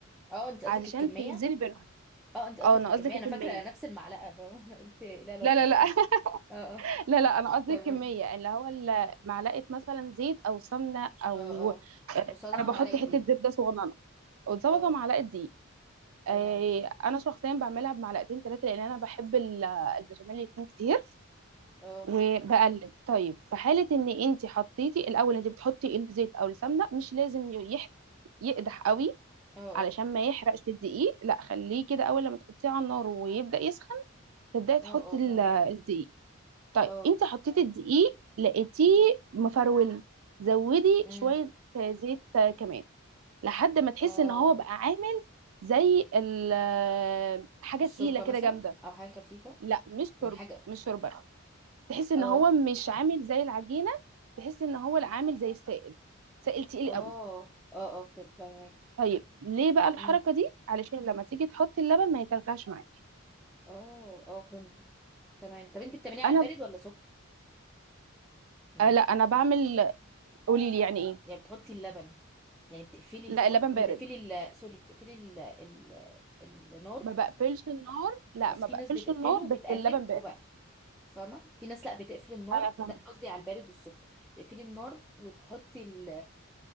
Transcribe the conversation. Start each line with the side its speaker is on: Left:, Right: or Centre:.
Centre: اه انت قصدك
Right: علشان
Centre: الكمية
Right: توزني بينهم
Centre: اه انت قصدك
Right: اه انا
Centre: الكمية
Right: قصدي كميه
Centre: انا فاكرة نفس المعلقة فاهمة <laughs> انا قلت ايه العلاقة
Right: لا لا لا
Centre: يعني
Right: <laughs>
Centre: اه اه
Right: لا لا انا قصدي
Centre: تمام
Right: الكميه اللي هو ال- معلقه مثلا زيت او سمنه او
Centre: اه اه قصادها
Right: انا بحط
Centre: معلقة
Right: حته
Centre: دي
Right: زبده صغننه وزبده
Centre: اه
Right: معلقه دقيق
Centre: تمام
Right: آه، انا شخصيا بعملها بمعلقتين ثلاثه لان انا بحب ال- البشاميل يكون كتير
Centre: اه
Right: وبقلب طيب في حالة ان انت حطيتي الاول انت بتحطي الزيت او السمنة مش لازم يح... يقدح قوي
Centre: اه اه
Right: علشان ما يحرقش الدقيق لا خليه كده اول لما تحطيه على النار ويبدأ يسخن تبدأي تحطي
Centre: اه اه
Right: ال-
Centre: فاهمك
Right: الدقيق طيب
Centre: اه
Right: انت حطيتي الدقيق لقيتيه مفرول زودي
Centre: امم
Right: شوية زيت كمان لحد ما تحسي
Centre: اه
Right: ان هو
Centre: اه.
Right: بقى عامل زي ال- حاجة
Centre: الشوربة
Right: تقيلة كده
Centre: مثلا
Right: جامدة
Centre: او حاجة خفيفة
Right: لا مش
Centre: يعني
Right: شوربة
Centre: حاجة
Right: مش شوربة تحس ان
Centre: اه
Right: هو مش عامل زي العجينه تحس ان هو لا عامل زي السائل سائل تقيل
Centre: اه
Right: قوي
Centre: اه اه فاهم- فاهمك
Right: طيب ليه بقى الحركه
Centre: امم
Right: دي علشان لما تيجي تحط اللبن ما يكلكعش معاك
Centre: اه اه فهمت تمام طب انت بتعمليها على
Right: انا
Centre: البارد ولا سخن يعني
Right: آه لا انا بعمل قولي لي يعني ايه
Centre: يعني بتحطي اللبن يعني بتقفلي الفرن
Right: لا اللبن بارد
Centre: بتقفلي ال... سوري بتقفلي ال... ال... النار
Right: ما بقفلش النار لا
Centre: اصل
Right: ما
Centre: في
Right: بقفلش
Centre: ناس بتقفله
Right: النار
Centre: وبتقلب
Right: بس اللبن بارد
Centre: وبقى فاهمه في ناس لا بتقفل النار
Right: انا فاهمه
Centre: ده قصدي على البارد والسخن بتقفلي النار وتحطي ال...